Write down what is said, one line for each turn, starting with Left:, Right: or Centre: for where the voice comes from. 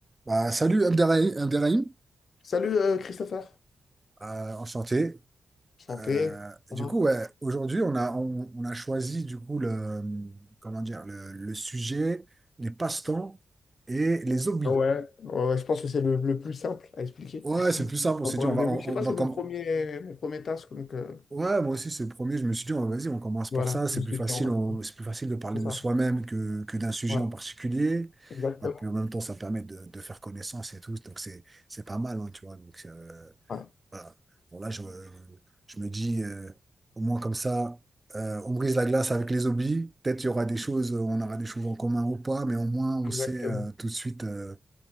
Right: Bah, salut Abderrahim, Abderrahim.
Left: Salut euh, Christopher.
Right: Euh, enchanté.
Left: Santé.
Right: Euh,
Left: Ça
Right: du
Left: va?
Right: coup, ouais, aujourd'hui, on a, on, on a choisi du coup le, comment dire, le, le sujet, les passe-temps et les hobbies.
Left: Ah Ouais, ouais, ouais, je pense que c'est le, le plus simple à expliquer.
Right: Ouais,
Left: <laughs>
Right: c'est le plus simple.
Left: Enfin,
Right: On s'est
Left: pour
Right: dit, on
Left: le
Right: va,
Left: début,
Right: on,
Left: je sais pas,
Right: on va
Left: c'est
Right: comme,
Left: mon premier, mon premier task, donc euh,
Right: ouais, moi aussi, c'est le premier. Je me suis dit, on- vas-y, on commence
Left: voilà,
Right: par ça. C'est
Left: je suis
Right: plus facile.
Left: en
Right: on-
Left: quoi.
Right: c'est plus facile de parler
Left: C'est ça.
Right: de soi-même que, que d'un sujet
Left: Ouais,
Right: en particulier.
Left: exactement.
Right: Et puis en même temps, ça permet de, de faire connaissance et tout. Donc c'est, c'est pas mal, hein, tu vois. Donc, euh,
Left: Ouais,
Right: Voilà. Bon, là, je, me je me dis, euh, au moins comme ça, euh, on brise la glace avec les hobbies. Peut-être il y aura des choses, euh, on aura des choses en commun ou pas, mais au moins, on
Left: exactement.
Right: sait euh, tout de suite euh,